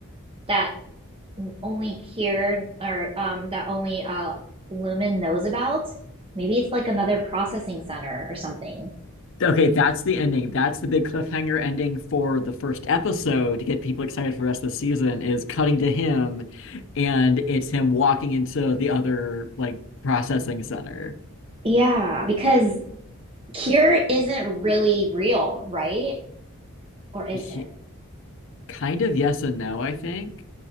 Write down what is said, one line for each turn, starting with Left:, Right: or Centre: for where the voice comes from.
Right: that only Kier or um that only uh Lumen knows about. Maybe it's like another processing center or something.
Left: Okay, that's the ending. That's the big cliffhanger ending for the first episode to get people excited for the rest of the season is cutting to him and it's him walking into the other like processing center.
Right: Yeah, because Cure isn't really real, right? Or is
Left: Yeah.
Right: it?
Left: Kind of yes and no, I think.